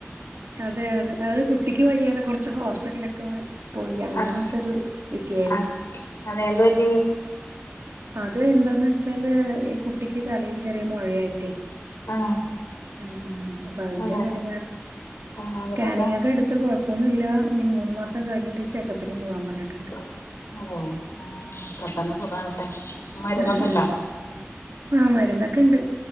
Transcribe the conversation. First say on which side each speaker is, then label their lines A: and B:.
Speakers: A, on the right (about 65°); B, on the left (about 85°).
A: അതെ അതെ അത് കുട്ടിക്ക് വയ്യാതെ കുറച്ച് ഹോസ്പിറ്റലെ ഒക്കെ പോയി അങ്ങനത്തൊ
B: ആഹ്
A: ഒരു വിഷയായിരുന്നു
B: ആഹ് അതെ എന്തു പറ്റി
A: അത് എന്താന്ന് വെച്ചാല് ഈ കുട്ടിക്ക് തലയിൽ ചെറിയ മുഴയായിട്ടെ
B: ആഹ്
A: ഉം ഉം അപ്പൊ അതിന്റെ
B: അതെ
A: ഒര് ഇടിങ്ങാറ്
B: ആഹ് എന്നിട്ടെന്താ
A: സ്കാനിങ് ഒക്കെ എടുത്തു കൊ- കഴപ്പൊന്നുമില്ല ഇനീ മൂന്ന് മാസം കഴിഞ്ഞിട്ട് ചെക്കപ്പിന് പോകാൻ പറഞ്ഞിടുണ്ട്
B: അതെ പെട്ടെന്ന് സുഖാവട്ടെ മരുന്നൊക്കെ
A: ഉം
B: ഇണ്ടാ
A: ഉം ആഹ് മരുന്നൊക്കെ ഉണ്ട്